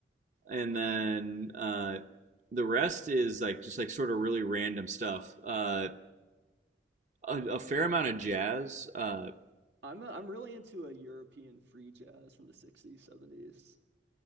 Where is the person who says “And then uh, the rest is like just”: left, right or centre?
Right